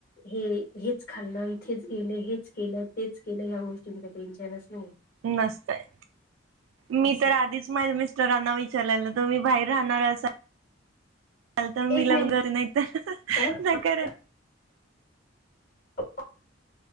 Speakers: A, on the left; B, on the right.
A: हे! हेच खाल्लं इथेच गेले हेच केलं तेच केलं ह्यां गोष्टींच टेन्शनच नहीये.
B: नसतय मी
A: असं
B: तर आधीच माज्या मिस स्टरांना विचारलेल, तुम्ही बाहेर राहणार असा ल तर
A: एक
B: मी लग्न करेन नाहीत नाहीं
A: मिनिट
B: करे
A: <inaudible>